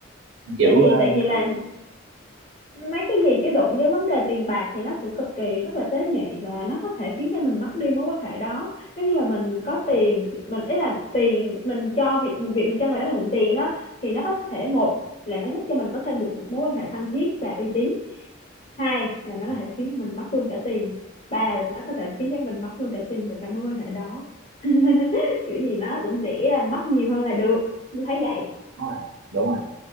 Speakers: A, on the right; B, on the left.
A: kiểu
B: tại vì
A: ờ,
B: tại vì là
A: cứ
B: mấy cái gì chứ đụng với vấn đề tiền bạc thì nó sẽ cực kỳ rất là tế nhị và nó có thể khiến cho mình mất đi mối quan hệ đó nếu như mà mình có tiền mình ý là tiền mình cho việc mình việc mình cho người đó là mượn tiền á thì nó có thể một là nó giúp cho mình có thêm được một mối quan hệ thân thiết và uy tín hai là nó có
A: ừ,
B: thể khiến mình mất luôn cả tiền ba là nó có thể khiến cho mình mất luôn cả tiền và cả mối quan hệ đó <laughs> kiểu gì nó cũng sẽ là mất nhiều hơn là được tôi thấy vậy
A: đúng rồi đúng rồi